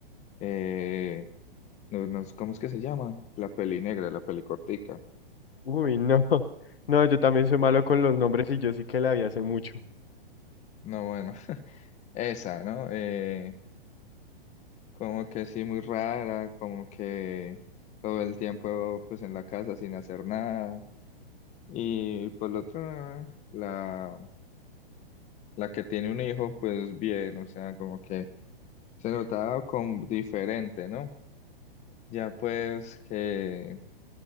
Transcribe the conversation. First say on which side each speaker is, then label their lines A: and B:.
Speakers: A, on the left; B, on the left.
A: eh, no, no, ¿cómo es que se llama? La peli negra, la peli cortica.
B: Uy, no. <laughs> No, yo también soy malo con los nombres y yo sí que la vi hace mucho.
A: No, bueno, <laughs> esa, ¿no? Eh, como que sí, muy rara, como que todo el tiempo pues en la casa sin hacer nada. Y por el otro, la... La que tiene un hijo, pues bien, o sea, como que se notaba como diferente, ¿no? Ya pues que